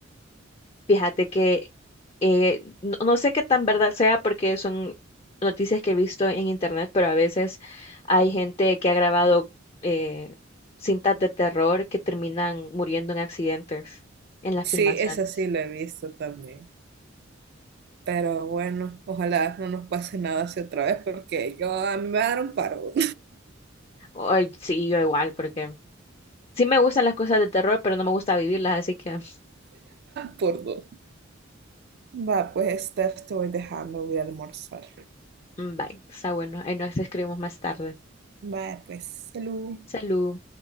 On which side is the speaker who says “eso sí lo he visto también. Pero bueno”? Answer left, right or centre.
Right